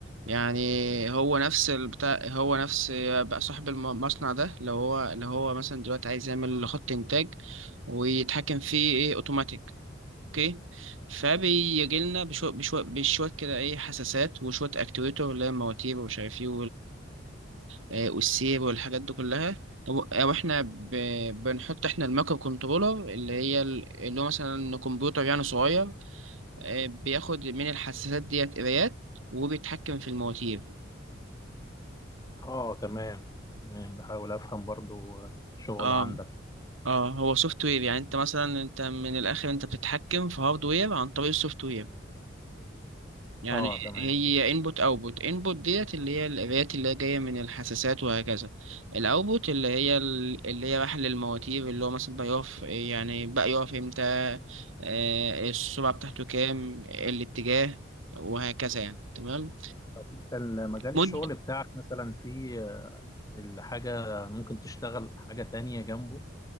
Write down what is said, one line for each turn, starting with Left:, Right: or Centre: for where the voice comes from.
Right: يعني هو نفس البتاع هو نفس بقى صاحب المصنع ده لو هو لو هو مثلا دلوقتي عايز يعمل خط انتاج ويتحكم فيه ايه اوتوماتيك اوكي فبيجي لنا بشوية بشوية بشوية كده ايه حساسات وشوية اكتويتر اللي هي المواتير ومش عارف ايه آه، والسير والحاجات دي كلها أو أو إحنا ب- بنحط إحنا المايكرو كنترولر اللي هي ال- اللي هو مثلا كمبيوتر يعني صغير آه، بياخد من الحساسات ديت قرايات وبيتحكم في المواتير
Left: اه تمام تمام بحاول افهم برضه شغل
Right: اه
Left: عندك
Right: اه هو سوفت وير يعني انت مثلا انت من الاخر انت بتتحكم في هاردوير عن طريق السوفت وير يعني
Left: اه تمام
Right: هي انبوت اوتبوت انبوت ديت اللي هي القراءات اللي هي جايه من الحساسات وهكذا الاوتبوت اللي هي ال- اللي هي بحل المواتير اللي هو مثلا بقى يقف يعني بقى يقف امتى آه، السرعه بتاعته كام الاتجاه وهكذا يعني تمام
Left: انت مجال
Right: مد
Left: الشغل بتاعك مثلا في آه، الحاجة ممكن تشتغل حاجة تانية جنبه